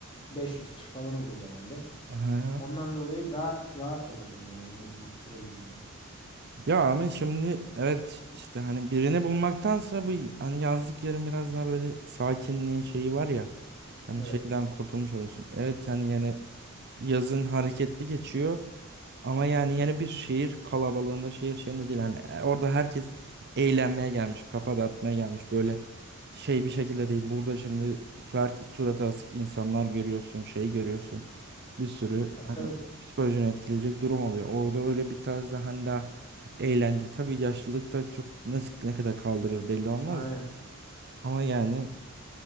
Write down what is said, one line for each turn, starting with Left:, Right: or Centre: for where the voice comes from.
Left: 500 kişi falan oluyor genelde.
Right: Hı.
Left: Ondan dolayı daha rahat olurdum yani emeklilik sürecimde.
Right: Ya ama şimdi evet işte hani birini bulmaktansa bu hani yazlık yerin biraz daha böyle sakinliğin şeyi var ya hani
Left: Evet.
Right: şeyden kurtulmuş oluyorsun. Evet hani yani yazın hareketli geçiyor ama yani yeni bir şehir kalabalığında şehir şeyinde değil hani e, orada herkes eğlenmeye gelmiş kafa dağıtmaya gelmiş böyle şey bir şekilde değil burada şimdi sürekli suratı asık insanlar görüyorsun şey görüyorsun bir sürü
Left: Ha, tabii.
Right: hani psikolojini etkileyecek durum oluyor. Orada öyle bir tarzda hani daha Eğlence tabii yaşlılıkta çok nasıl ne kadar kaldırır belli olmaz
Left: Aynen.
Right: da. Ama yani